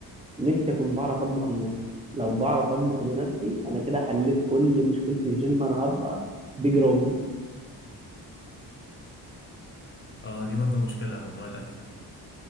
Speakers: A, on the right; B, on the left.
A: نفسي اكون بعرف اطبخ لنفسي لو بعرف اطبخ لنفسي انا كده حليت كل مشكلة الجيم انا هبقى بيج رامي
B: اه دي برضه مشكلة موضوع الاكل